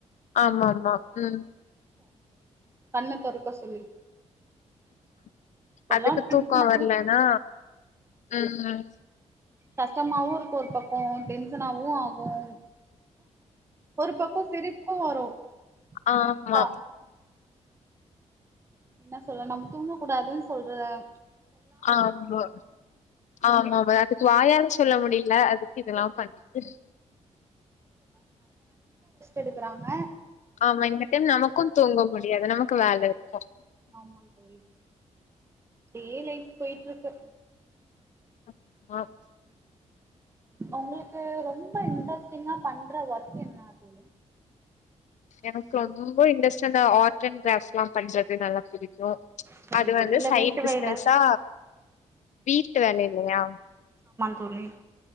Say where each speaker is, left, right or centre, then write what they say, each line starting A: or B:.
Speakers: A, on the left; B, on the right.
A: ஆமா ஆமா உம்
B: கண்ண தொறக்க சொல்லி
A: <inaudible>
B: இப்பல்லா
A: அதுக்கு
B: டென்ஷனாவு
A: தூக்கம் வரலனா உம்ம்
B: கஷ்டமாவும் இருக்கும் ஒரு பக்கம் டென்சனாவும் ஆகும் ஒரு பக்கம் சிரிப்பும் வரும்
A: ஆமா
B: ஆஹா என்ன சொல்றேன் நம்ம தூங்கக்கூடாதுன்னு சொல்றேன்
A: ஆமா ஆமா வெர் வாயால சொல்ல முடியல அதுக்கு இதெல்லாம் பண்ணிட்டு
B: எடுக்குறாங்க
A: ஆமா இந்த டைம் நமக்கும் தூங்க முடியாது நமக் கு வேல இருக்
B: ஆமா டி அப்டியே லைப் போயிட்டு இருக்கு
A: ம் ஆஹ்
B: உங்களுக்கு ரொம்ப இன்ட்ரெஸ்ட்டிங்கா பண்ற ஒர்க் என்னா தோழி
A: எனக்கு ரொம்ப இன்ட்ரெஸ்ட் வந் து ஆர்ட் அண்ட் காஸ் எல்லாம் பண்றது நல்லா புடிக்கும்
B: சரி
A: அது
B: தோழி
A: வந்து
B: இல்ல
A: சைட்
B: வீட்டு
A: பிஸ்னஸ்சா
B: வேல
A: வீட்டு வேலை இல்லையா
B: துணி